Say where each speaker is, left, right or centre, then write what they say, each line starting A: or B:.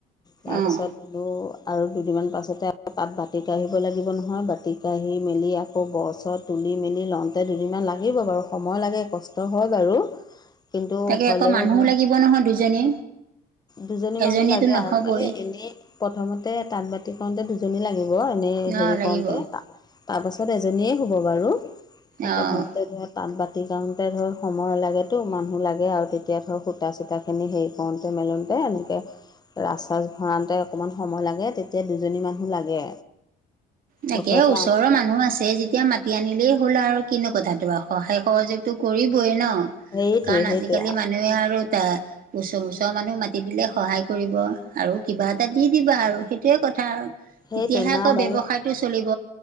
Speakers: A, on the left; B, on the right.
A: তাৰপিছত
B: অঁ
A: এলো আৰু দুদিনমান পাছতে আৰু তাত বাতি কাঢ়িব লাগিব নহয়। নহয়, বাতি কাঢ়ি মেলি আকৌ গছত তুলি মেলি লওঁতে দুদিনমান লাগিব বাৰু সময় লাগে কষ্ট। হয় বাৰু কিন্তু
B: তাকে
A: হলেও
B: আকৌ মানুহো
A: ধৰা।
B: লাগিব নহয় দুজনী
A: দুজনী
B: এজনীয়েতো
A: মানুহ লাগে
B: নহ'বই
A: আৰু মানে এনেই। প্ৰথমতে তাঁত বাতি কৰওঁতে দুজনী লাগিব এনে
B: ন
A: হেৰি।
B: লাগিব
A: কৰোঁতে তাৰপাছত এজনীয়ে হ'ব বাৰু।
B: অঁ
A: প্ৰথমতে ধৰক তাত বাতি কাৰণওঁতে ধৰ সময় লাগেতো মানুহ লাগে আৰু তেতিয়া ধৰ সূতা-চূতাখিনি সেই। কৰোতে মেলোতে এনেকে। আচাৰ ভৰাওঁতে অকণমান সময় লাগে, তেতিয়া দুজনী মানুহ লাগে।
B: তাকে
A: ওচৰতে
B: ওচৰৰ মানুহ আছে যেতিয়া মাতি। মাতি আনিলেই হ'ল, আৰু কিনো কথাটো সহায় সহযোগতো কৰিবই ন।
A: সেইটোৱে
B: কাৰণ
A: সেইটোৱে
B: আজিকালি মানুহে আৰু এ, ওচৰ-ওচৰ মানুহ মাতি দিলে সহায় কৰিব আৰু কিবা এটা দি দিবা আৰু সেইটোৱে কথা আৰু।
A: সেইটোৱে
B: তেতিয়াহে
A: নাই
B: আকৌ
A: বাৰু
B: ব্যৱসায়তটো চলিব।